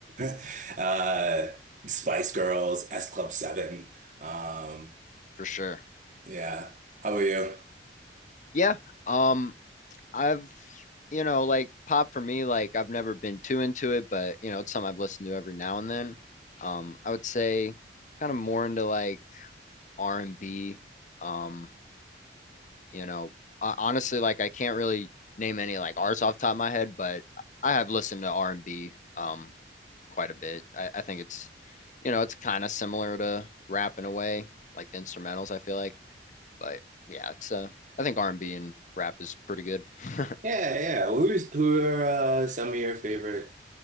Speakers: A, on the right; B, on the left.
A: <laughs> uh, Spice Girls, S Club Seven. Um,
B: for sure.
A: yeah, how about you?
B: Yeah. Um, I've you know like pop for me, like I've never been too into it, but you know it's something I've listened to every now and then. Um, I would say kind of more into like R and B. Um, You know, uh, honestly, like I can't really name any like artists off the top of my head, but I have listened to R&B um quite a bit. I, I think it's, you know, it's kind of similar to rap in a way, like the instrumentals, I feel like. But yeah, it's uh I think R&B and B and rap is pretty good. <laughs>
A: Yeah, yeah. Who's who are uh, some of your favorite